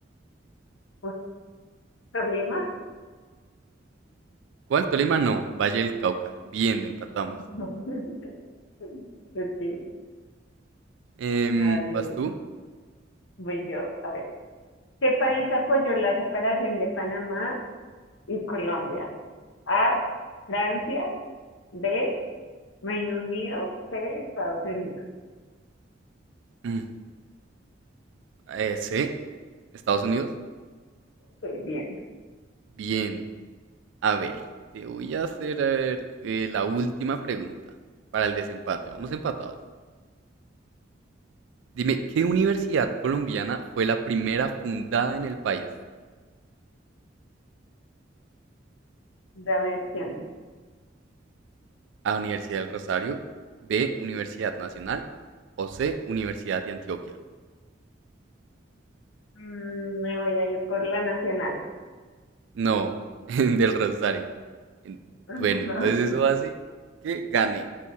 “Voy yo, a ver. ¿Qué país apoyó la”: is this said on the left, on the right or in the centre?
Left